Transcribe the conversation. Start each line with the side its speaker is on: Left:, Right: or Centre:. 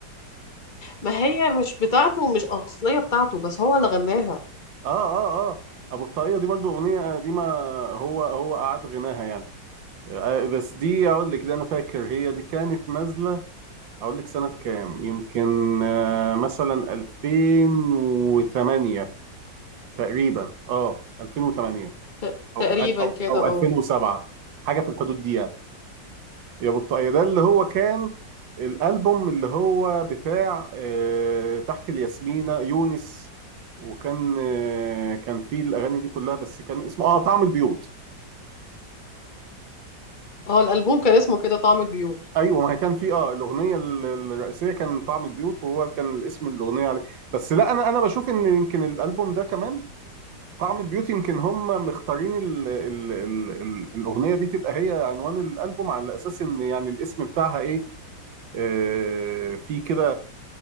Left: ما هي مش بتاعته ومش أصلية بتاعته بس هو اللي غناها
Right: اه اه اه ابو الطاقية دي برضو اغنية قديمة هو هو قعد غناها يعني آه، بس دي اقول لك ده انا فاكر هي دي كانت نازلة اقول لك سنة كام يمكن آه، مثلا 2008 تقريبا اه 2008
Left: ت-
Right: او
Left: تقريبا
Right: او
Left: كده
Right: او
Left: اه
Right: 2007 حاجة في الحدود دي يعني. يا بطاقية ده اللي هو كان الألبوم اللي هو بتاع آه، تحت الياسمينة يونس وكان آه، كان فيه الأغاني دي كلها بس كان اسمه اه طعم البيوت
Left: اه الألبوم كان اسمه كده طعم البيوت
Right: ايوه ما هي كان في اه الاغنيه ال- الرئيسيه كان طعم البيوت وهو كان اسم الاغنيه عليه بس لا انا انا بشوف ان يمكن الالبوم ده كمان طعم البيوت يمكن هم مختارين ال ال ال ال الاغنيه دي تبقى هي عنوان الالبوم على اساس ان يعني الاسم بتاعها ايه آه في كده